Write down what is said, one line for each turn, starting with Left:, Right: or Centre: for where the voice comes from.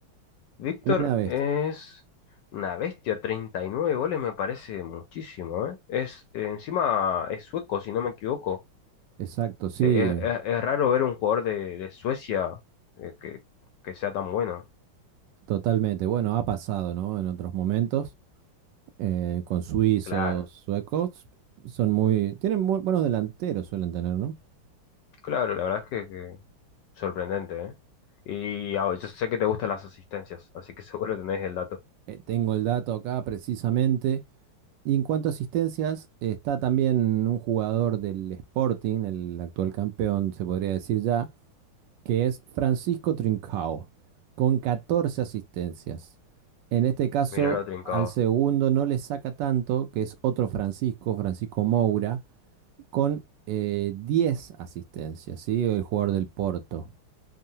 Left: Víctor
Right: Una bestia.
Left: es una bestia. treinta y nueve goles me parece muchísimo, ¿eh? Es, eh, encima es sueco, si no me equivoco.
Right: Exacto, sí,
Left: Eh,
Right: eh,
Left: Es, es- es raro ver un jugador de, de Suecia eh, que, que sea tan bueno.
Right: totalmente. Bueno, ha pasado, ¿no? En otros momentos, eh, con suizos,
Left: Claro,
Right: suecos, son muy, tienen muy buenos delanteros, suelen tener, ¿no?
Left: claro, la verdad es que, que sorprendente, ¿eh? Y ah, yo sé que te gustan las asistencias, así que <laughs> seguro tenés el dato.
Right: Eh, tengo el dato acá precisamente. Y en cuanto a asistencias, está también un jugador del Sporting, el actual campeón, se podría decir ya, que es Francisco Trincao, con 14 asistencias. En este caso,
Left: Mirá lo trincado.
Right: al segundo no le saca tanto, que es otro Francisco, Francisco Moura, con eh, 10 asistencias, ¿sí? el jugador del Porto.